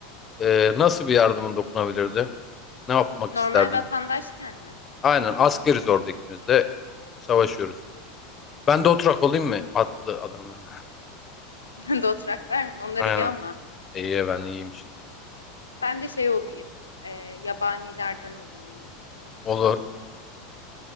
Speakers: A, on the left; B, on the left.
A: Ee, nasıl bir yardımın dokunabilirdi? Ne yapmak
B: Normal
A: isterdin?
B: vatandaşken mi?
A: Aynen askeriz orada ikimiz de savaşıyoruz. Ben de oturak olayım mı? Atlı adamlar.
B: <laughs> Dothraklar
A: <laughs>
B: mı? Onlar
A: Aynen.
B: iyi ama.
A: İyi ben iyiyim işte.
B: Ben de şey olayım, e, yabanilerden olayım en iyisi.
A: Olur.